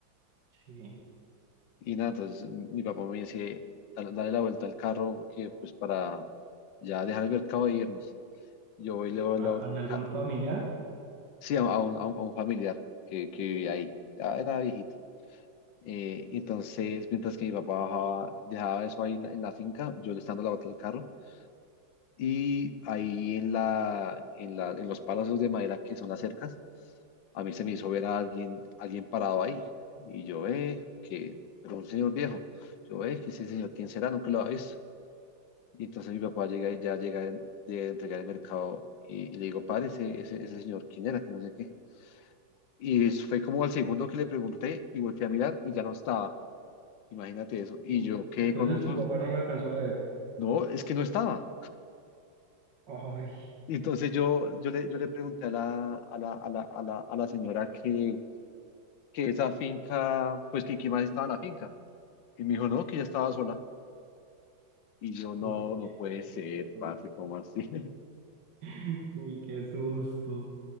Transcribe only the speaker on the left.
y nada, entonces mi papá me dice, "Dale dale la vuelta al carro que pues para ya dejar el mercado e irnos. Yo voy y le doy
la vuelta
al
carro.
Sí, a, a un, a un- a un familiar que, que vivía ahí, ya era viejito. Eh, entonces, mientras que mi papá bajaba, dejaba eso ahí en la, en la finca, yo le estaba dando la vuelta al carro Y ahí en la, en la, en los palos de madera que son las cercas, a mí se me
hizo ver a alguien, alguien parado ahí. Y yo, eh, que, pero un señor viejo. Yo, eh, que ese señor, ¿quién será? Nunca lo había visto. Y entonces mi papá llega y ya llega en- de entregar el mercado y, y le digo, padre, ese, ese, ese señor, ¿quién era? Que no sé qué. Y es- fue como al segundo que le pregunté y volteé a mirar y ya no estaba. Imagínate eso. Y
yo quedé
con un susto.
No, es que no estaba.
Y entonces yo, yo le, yo le pregunté a la, a la, a la, a la, a la señora que, que esa finca, pues que quién más estaba en la finca. Y me dijo, no, que ya estaba sola. Y yo, no,
no
puede ser,
parce, ¿cómo así?